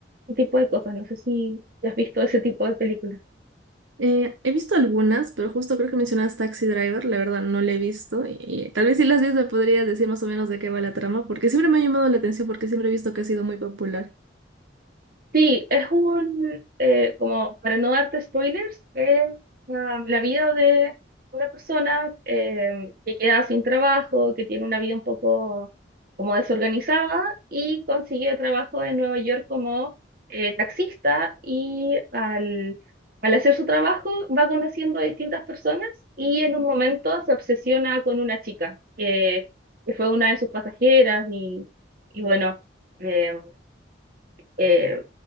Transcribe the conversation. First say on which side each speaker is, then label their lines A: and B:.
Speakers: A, on the right (about 50°); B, on the right (about 80°).
A: ese tipo de cosas. No sé si has visto ese tipo de películas.
B: Eh, he visto algunas, pero justo creo que mencionabas Taxi Driver, la verdad no la he visto. Y, tal vez si las ves me podrías decir más o menos de qué va la trama, porque siempre me ha llamado la atención, porque siempre he visto que ha sido muy popular.
A: Sí, es un, eh, como para no darte spoilers, es ah, la vida de una persona eh, que queda sin trabajo, que tiene una vida un poco como desorganizada y consigue trabajo en Nueva York como eh, taxista y al, al hacer su trabajo va conociendo a distintas personas y en un momento se obsesiona con una chica que, que fue una de sus pasajeras y, y bueno. em, eh,